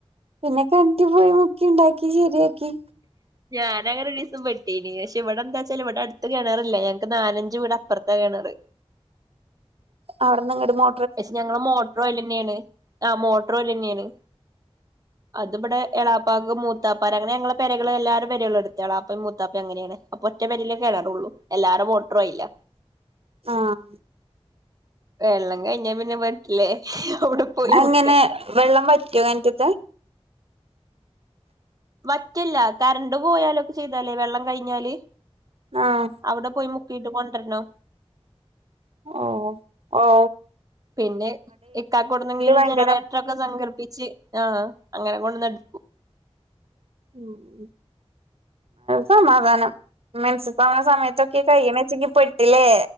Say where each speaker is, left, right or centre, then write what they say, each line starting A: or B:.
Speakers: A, on the right; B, on the right.
A: പിന്നെ കിണറ്റിൽ പോയി മുക്കി ഉണ്ടാക്കി ശരിയാക്കി
B: ഞാനൻങ്ങനെ ഒരു ദിവസം പെട്ടീനി പക്ഷെ ഇവിടെ എന്താ വെച്ചാൽ ഇവിടെ അടുത്ത് കിണറ്ല്ല ഞങ്ങക്ക് നാലഞ്ച് വീട് അപ്പുറത്ത കിണറ്
A: അവിടന്ന് ങ്ങ്ട്ട് മൊ
B: പക്ഷെ ഞങ്ങള് മോട്ടോർ ഓൽ തന്നെയാണ് ആ മോട്ടോർ ഓയിൽ തന്നെയാണ് അത് പടെ എളാപ്പാക് മൂത്താ പരങ്ങൾ ഞങ്ങൾ പരകൾഎല്ലാര പെരകളും എടുതാണള എളാപ്പയും മൂത്താപ്പയുംഅങ്ങനെയാണ് അപ്പൊ ഒറ്റ പരേ കേറുള്ളൂഎല്ലാരെ ട്ടർ ആയില
A: ആഹ
B: വെള്ളം കഴിഞ്ഞ പിന്നെ ല്ലെ അവിടെ പോയി
A: അങ്ങനെ
B: മുക്കണ്ടേ
A: വെള്ളം വറ്റോ കിണറ്റ്ത്തെ
B: വറ്റില്ല കറണ്ട് പോയാലൊക്കെ ചെയ്താലേ വെള്ളം കഴിഞ്ഞാല്
A: ആഹ്
B: അവിടെ പോയി മു കിട്കൊണ്ടരണം
A: ഓ ഓ
B: പിന്നെ ഇക്കാക്കടുന്നെങ്കിലും
A: ഭയങ്കര
B: ജനറേറ്റർൊക്കെ സംഘടിപ്പിച്ച് ആഹ അങ്ങനെ കൊണ്ട്ന്നടക്കും
A: <unintelligible> സമാധാനം മൻസ് <unintelligible> സമയത്തൊക്കെ കയ്യണച്ചെങ്കി പെട്ടിലേ